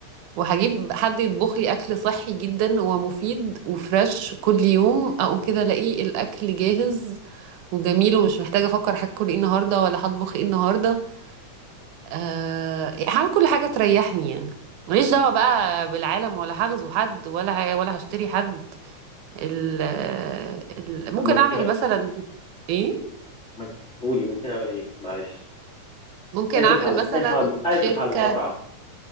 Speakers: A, on the right (about 80°); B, on the left (about 40°).
A: وهجيب حد يطبخ لي اكل صحي جدا ومفيد وفريش كل يوم اقوم كده الاقي الاكل جاهز وجميل ومش محتاجه افكر هاكل ايه النهارده ولا هطبخ ايه النهارده أه هعمل كل حاجه تريحني يعني ماليش دعوه بقى بالعالم ولا هغزو حد ولا ه... ولا هشتري حد ال... ال... ممكن
B: طب ما انت
A: اعمل
B: محت...
A: مثلا ايه
B: ما انت- قولي ممكن اعمل ايه؟ معلش
A: ممكن
B: اسف
A: اعمل
B: على
A: مثلا
B: اسف على اسف
A: شركه
B: على المقاطعه